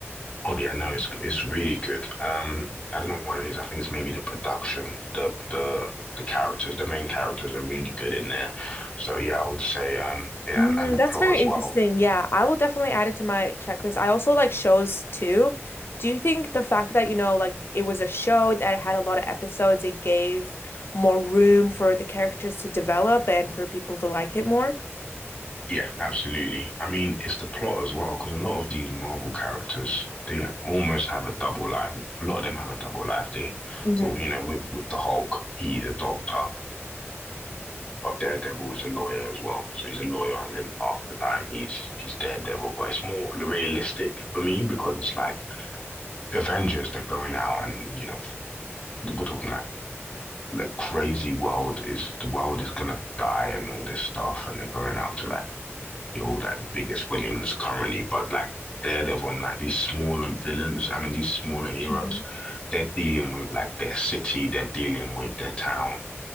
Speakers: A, on the left; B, on the left.
A: Oh yeah, no, it's it's really good. Um, I don't know what it is. I think it's maybe the production, the the the characters, the main characters are really good in there. So yeah, I would say um yeah,
B: Mm,
A: and, and the
B: that's
A: plot
B: very
A: as
B: interesting.
A: well
B: Yeah, I will definitely add it to my checklist. I also like shows too. Do you think the fact that, you know, like it was a show that had a lot of episodes, it gave more room for the characters to develop and for people to like it more?
A: Yeah, absolutely. I mean, it's the plot as well, because a lot of these Marvel characters, they almost have a double life. A lot of them have a double life. They
B: hmm
A: sort of, you know, with with the Hulk, he's a doctor, but Daredevil is a lawyer as well. So he's a lawyer, and then half the time he's he's Daredevil. But it's more realistic for me because it's like Avengers, they're going out, and you know, we're talking like like crazy world is the world is gonna die and all this stuff, and they're going out to like all like biggest villains currently, but like Daredevil and like these smaller villains, I mean these smaller heroes,
B: Mhm.
A: they're dealing with like their city, they're dealing with their town,